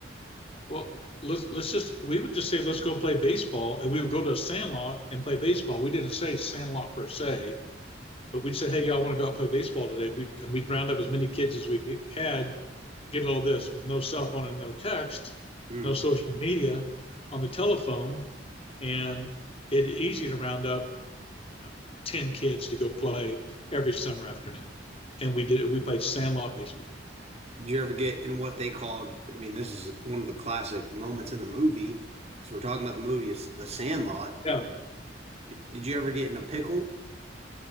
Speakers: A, on the left; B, on the right.
A: Well, let's let's just we would just say let's go play baseball, and we would go to a sandlot and play baseball. We didn't say sandlot per se But we'd say, hey, y'all want to go out and play baseball today? We'd, and we'd round up as many kids as we get- had, get all this with no cell phone and no text,
B: Hmm.
A: no social media on the telephone. And it's easy to round up uh, 10 kids to go play every summer afternoon. And we did, we played sandlot baseball.
B: Did you ever get in what they called? I mean, this is one of the classic moments in the movie because we're talking about the movie, is the Sandlot.
A: Yeah.
B: D- Did you ever get in a pickle?